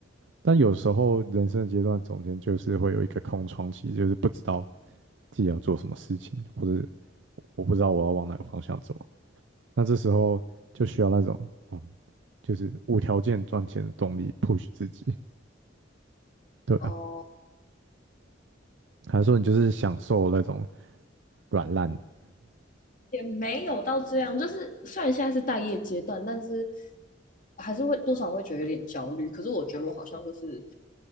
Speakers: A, on the right (about 80°); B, on the left (about 45°).
A: 但有时候人生的阶段中间就是会有一个空窗期，就是不知道自己要做什么事情，或者我不知道我要往哪个方向走。那这时候就需要那种，嗯，就是无条件赚钱的动力 push 自己。对啊，
B: 哦。
A: 还是说你就是享受那种软烂？
B: 也没有到这样，就是虽然现在是待业阶段，但是还是会多少会觉得有点焦虑。可是我觉得我好像就是